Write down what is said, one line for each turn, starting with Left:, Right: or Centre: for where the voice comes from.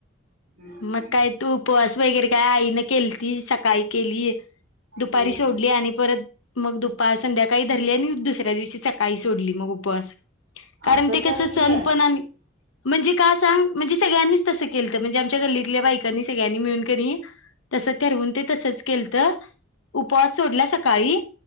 Right: हम्म
Left: मग काय तू उपवास वगैरे काय आईन केल ती सकाळी केली. दुपारी
Right: हो
Left: सोडली आणि परत मग दुपार संध्याकाळी धरली अन् दुसऱ्या दिवशी सकाळी सोडली मग उपवास कारण
Right: असं
Left: ते कस
Right: करलय
Left: सण पण आणि म्हणजे का सांग म्हणजे सगळ्यांनीच तसं केलतं म्हणजे, आमच्या गल्लीतल्या बायकांनी सगळ्यांनी मिळून कणी तसं ठरवून ते तसचं केलतं उपवास सोडला सकाळी